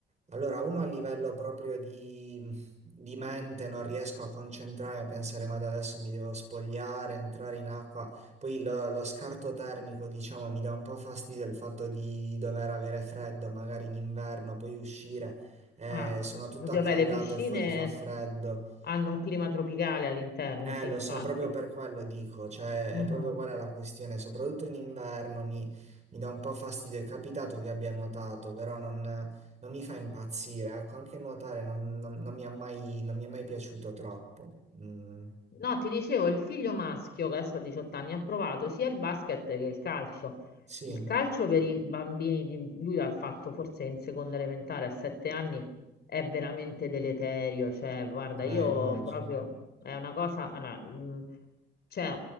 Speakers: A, on the right; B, on the left.
A: allora uno a livello proprio di, di mente non riesco a concentrarmi, a pensare, ma da adesso mi devo spogliare, entrare in acqua, poi lo, lo scarto termico, diciamo, mi dà un po' fastidio il fatto di dover avere freddo, magari in inverno, poi uscire, eh,
B: Ah,
A: sono tutto
B: così,
A: accaldato
B: vabbè, le piscine
A: e fuori fa freddo.
B: s- hanno un clima tropicale all'interno,
A: Eh,
B: sì,
A: lo
B: infatti.
A: so, proprio per quello dico, cioè
B: Mhm.
A: è proprio quella la questione, soprattutto in inverno mi, mi dà un po' fastidio, è capitato che abbia nuotato, però non, non mi fa impazzire, ecco, anche nuotare non, non- non mi ha mai, non mi è mai piaciuto troppo. Mm,
B: No, ti dicevo, il figlio maschio che adesso ha 18 anni ha provato sia il basket che il calcio.
A: sì,
B: Il calcio per i bambini, di... lui l'ha fatto forse in seconda elementare a 7 anni, è veramente deleterio. Cioè, guarda,
A: eh,
B: io
A: immagino.
B: proprio è una cosa, allora, mh, c'è